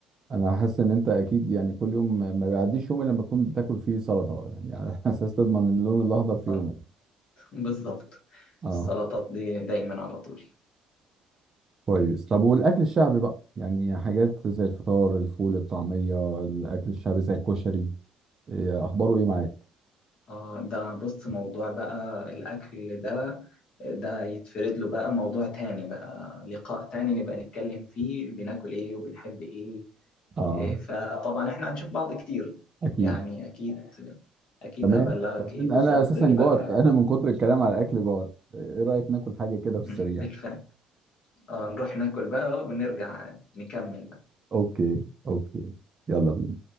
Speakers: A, on the right; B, on the left.
A: أنا حاسس إن أنت أكيد يعني كل يوم ما ما بيعديش يوم إلا لما تكون بتاكل فيه سلطة يعني على <laughs> أساس تضمن اللون الأخضر في
B: اه
A: يومك
B: <laughs> بالظبط
A: أه
B: السلطات دي دايما على طول
A: كويس طب والأكل الشعبي بقى يعني حاجات زي الفطار الفول الطعمية الأكل الشعبي زي الكشري إيه أخباره إيه معاك؟
B: اه ده بص موضوع بقى الأكل ده ده يتفرد له بقى موضوع تاني بقى لقاء تاني نبقى نتكلم فيه بناكل ايه وبنحب ايه
A: أه
B: إيه، فطبعا احنا هنشوف بعض كتير
A: أكيد
B: يعني اكيد اكيد
A: تمام
B: هبلغك
A: طب
B: ايه
A: إن- أنا
B: بالظبط
A: أساسا
B: اللي
A: جوعت
B: بقى
A: <laughs> أنا من كتر الكلام على الأكل جوعت إيه رأيك ناكل حاجة كده في
B: مم،
A: السريع؟
B: بالفعل اه نروح ناكل بقى ونرجع نكمل
A: أوكي أوكي يلا بينا